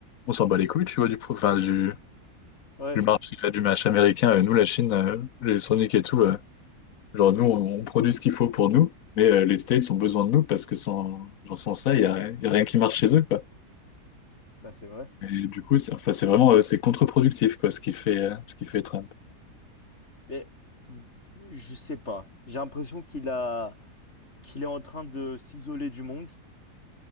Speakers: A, on the left (about 65°); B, on the left (about 45°).
A: on s'en bat les couilles, tu vois, du, pro- enfin, du,
B: Ouais,
A: du marché, du marché américain. Euh, Nous, la Chine, euh, l'électronique et tout, euh, Genre, nous, on, on produit ce qu'il faut pour nous, mais euh, les States ont besoin de nous parce que sans, genre, sans ça, il y a, il y a rien qui marche chez eux, quoi.
B: bah c'est vrai.
A: Et du coup, c'est enfin, c'est vraiment euh, c'est contre-productif, quoi, ce qui fait, euh, ce qui fait Trump.
B: Mais je sais pas. J'ai l'impression qu'il a qu'il est en train de s'isoler du monde.